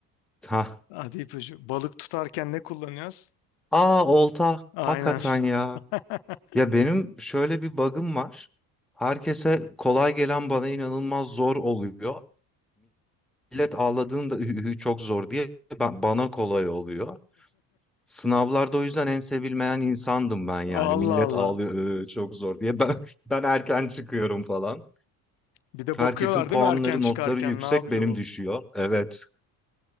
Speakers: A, in the centre; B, on the left (about 70°).
A: Ha.
B: Hadi ipucu. Balık tutarken ne kullanıyoruz?
A: Aa olta.
B: Aynen.
A: Hakikaten ya.
B: <laughs>
A: Ya benim şöyle bir bug'ım var. Herkese kolay gelen bana inanılmaz zor oluyor. Millet ağladığında "Üh, üh, üh, çok zor diye ben, bana kolay oluyor. Sınavlarda o yüzden en sevilmeyen insandım ben yani.
B: Allah
A: Millet
B: Allah.
A: ağlıyor "Ö, çok zor diye. Ben, <laughs> ben erken çıkıyorum falan.
B: Bir de
A: Herkesin
B: bakıyorlar
A: puanları,
B: değil mi erken çıkarken
A: notları yüksek,
B: ne yapıyor
A: benim
B: bu?
A: düşüyor. Evet,